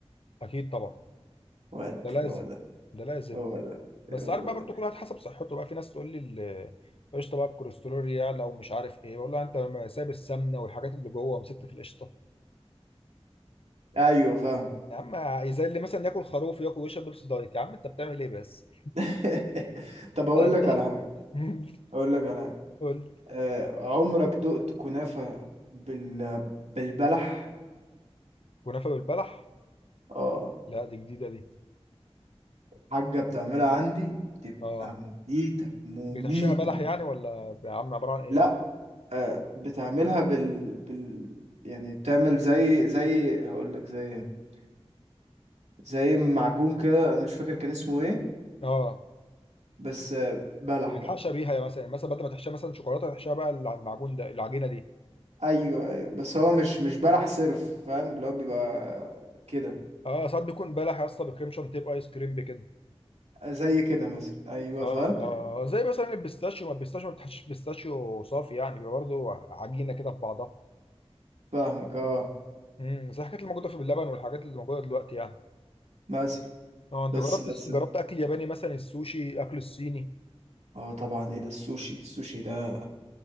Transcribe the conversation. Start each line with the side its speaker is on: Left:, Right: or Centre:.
Left: اكيد طبعا
Right: واد
Left: ده لازم
Right: هو ده
Left: ده لازم
Right: هو ده
Left: بس
Right: هو
Left: عارف بقى
Right: ده
Left: برضو كل واحد حسب صحته بقى في ناس تقول لي ال- قشطه بقى الكوليسترول يعلى ومش عارف ايه بقول لها انت ما سايب السمنه والحاجات اللي جوه ومسكت في القشطه
Right: ايوه فاهم
Left: يا عم زي اللي مثلا ياكل خروف وياكل ويشرب بيبسي دايت يا عم انت بتعمل ايه بس
Right: <laughs> طب اقول
Left: الله
Right: لك على حاجه
Left: <laughs>
Right: اقول لك على حاجه
Left: قول
Right: آه، عمرك دقت كنافة بال... بالبلح
Left: كنافه بالبلح
Right: اه
Left: لا دي جديده دي
Right: الحاجة بتعملها عندي بتبقى
Left: اه
Right: مميتة مميتة
Left: بتحشيها بلح يعني ولا يا عم عباره عن ايه
Right: لا آه، بتعملها بال... بال يعني بتعمل زي زي هقول لك زي إيه؟ زي معجون كده انا مش فاكر كان اسمه ايه
Left: اه
Right: بس آه، بلح
Left: بتحشى
Right: بقى
Left: بيها يا مثلا مثلا بدل ما تحشيها مثلا شوكولاته تحشيها بقى المعجون ده العجينه دي
Right: ايوه ايوه بس هو مش مش بلح صرف فاهم اللي هو بيبقى كده
Left: اه ساعات بيكون بلح يا اسطى بكريم شانتيه ايس كريم بكده
Right: زي كده مثلا ايوه
Left: اه
Right: فاهم
Left: اه آه. زي مثلا البيستاشيو ما البيستاشيو ما بتحشيش بيستاشيو صافي يعني بيبقى برضه عجينه كده في بعضها
Right: فاهمك اه
Left: امم زي الحاجات اللي موجوده في اللبن والحاجات اللي موجوده دلوقتي يعني
Right: مثلا
Left: اه انت
Right: بس
Left: جربت
Right: بس
Left: جربت اكل ياباني مثلا السوشي اكل الصيني
Right: اه طبعا ايه ده السوشي السوشي ده